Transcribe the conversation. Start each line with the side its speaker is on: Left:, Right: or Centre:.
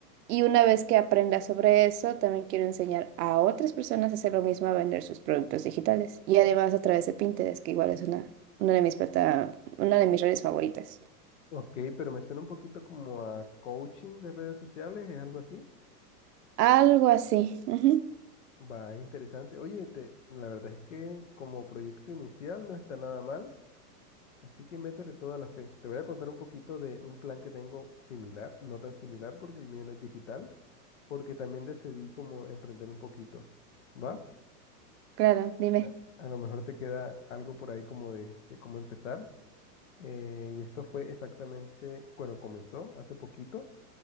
Right: Y una vez que aprenda sobre eso, también quiero enseñar a otras personas a hacer lo mismo, a vender sus productos digitales. Y además a través de Pinterest, que igual es una, una de mis plata, una de mis redes favoritas.
Left: Ok, pero me suena un poquito como a coaching de redes sociales, es algo así.
Right: Algo así. Ujú.
Left: Va, interesante. Oye, te- la verdad es que como proyecto inicial no está nada mal, así que métele toda la fe. Te voy a contar un poquito de un plan que tengo similar, no tan similar porque el mío no es digital. porque también decidí como emprender un poquito, ¿va?
Right: Claro, dime.
Left: A, a lo mejor te queda algo por ahí como de, de cómo empezar. Eh, y esto fue exactamente, bueno, comenzó hace poquito,